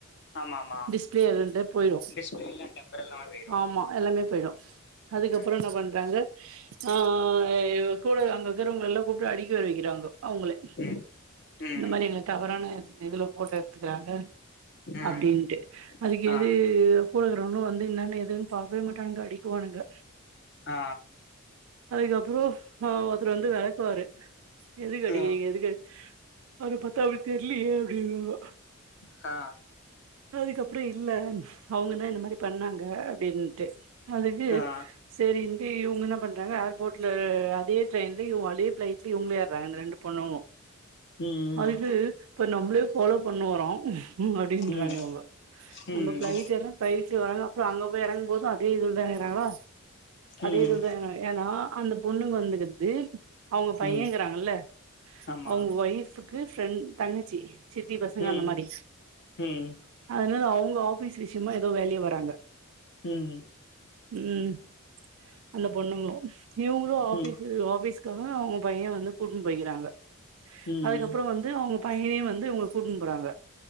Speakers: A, on the left; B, on the right.
A: ஆமா ஆமா
B: டிஸ்பிளே ரெண்டே போயிடு
A: டிஸ்பிளே எல்லா டெம்பர் எல்லாமே போயிரு
B: ஆமா எல்லாமே போயிடு அதுக் அதுக்கப்பற
A: ம்
B: என்ன பண்றாங்க ஆ எ கூட அங்கக்கிறவங்கள எல்லா கூப்ட்டு அடிக்க வேற வைக்கிறாங்கோ அவங்களே
A: ம் ம்
B: இந்த மாரி எங்கள தவறான இதுல போட்டோ எடுத்துக்கிறாங்க
A: ம்
B: அப்படின்ட்டு அதுக்கு
A: ஆ
B: எது போலகிறோங்களு வந்து என்னன்னு எதுன்னு பாக்கவே மாட்டானுங்க அடிக்குவானுங்க
A: ஆ
B: அதுக்கப்புற அ ஒருத்தர் வந்து வெளக்குவாரு எதுக்கு அடிக்கிறீங்க
A: ஆ
B: எதுக்கு அடிக் அவர பாத்தா அப்படி தெர்லயே அப்டிகுவாங்க
A: ஆ
B: அதுக்கப்புற இல்ல அவங்கதா இந்த மாரி பண்ணாங்க அப்படின்ட்டு அதுக்கு
A: ஆ
B: சரின்டு இவங்க என்ன பண்றாங்க ஏர்போர்ட்ல அதே ட்ரெயின்லியு இவளி பிளைட்லய இவங்களே ஏறாங்க இந்த ரெண்டு பொண்ணுங்களு
A: ம்
B: அதுக்கு இப்ப நம்ளே ஃபாலோ பண்ணுவாரா அப்டின்றாங்க
A: ம்
B: இவங்க நம்ம
A: ம்
B: பிளைட் எல்லா பிளைட் டுவறாங்க அப்புற அங்க போய் எறங்கு போது அதே இதுலதா எறாங்களா அதே
A: ம்
B: இதுலாதா எறங்க ஏன்னா அந்த பொண்ணுங்க வந்துங்கிறது அவங்க பையங்கறாங்கல்ல
A: ம் ஆமா
B: அவங்க ஒய்ஃப் கு ஃபிரெண் தங்கச்சி சித்தி பசங்க
A: ம்
B: அந்த மாறி
A: ம்
B: அதுனால அவு ங்க ஆபிஸ் விஷயமா ஏதோ வேலையா வராங்க
A: ம்
B: ம் அந்த பொண்ணுங்களு இவங்களு ஆஃபீஸ்
A: ம்
B: ஆஃபீஸ்காக அவங்க பைய வந்து கூட்னு போய்கிறாங்க
A: ம்
B: அதுக்கப்பற வந்து அவங்க பையனையு வந்து இவங்க கூட்டுனு போறாங்க